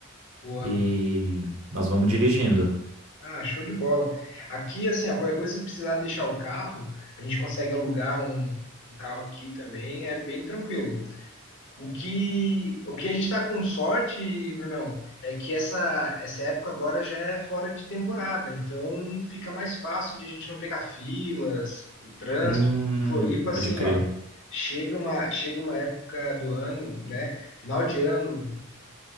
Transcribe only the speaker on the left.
Boa.
Ah, show de bola. Aqui, assim, ó, qualquer coisa, se precisar deixar o carro, a gente consegue alugar um, um carro aqui também, é bem tranquilo. O que, o que a gente está com sorte, Brunão, é que essa, essa época agora já é fora de temporada, então fica mais fácil de a gente não pegar filas, o trânsito.
Floripa,
assim,
ó, chega uma, chega uma época do ano, né? Final de ano,